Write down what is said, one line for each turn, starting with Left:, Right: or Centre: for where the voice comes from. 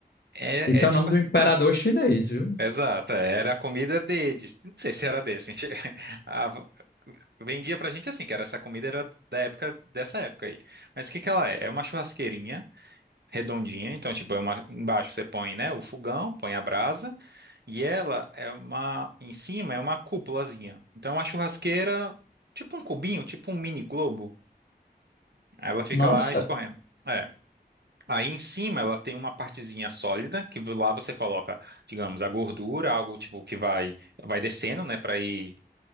Right: É,
Left: Esse
Right: é
Left: é o
Right: tipo
Left: nome do imperador chinês, viu?
Right: Exato, é, era a comida deles. Não sei se era deles. Assim, <laughs> a- vendia pra gente assim, que era essa comida era da época dessa época aí. Mas o que que ela é? É uma churrasqueirinha redondinha, então tipo, é uma embaixo você põe, né, o fogão, põe a brasa e ela é uma em cima é uma cúpulazinha. Então é uma churrasqueira, tipo um cubinho, tipo um mini globo. Aí Ela fica
Left: Nossa,
Right: lá escorrendo. É. Aí em cima ela tem uma partezinha sólida que lá você coloca, digamos, a gordura, algo tipo que vai vai descendo, né, para ir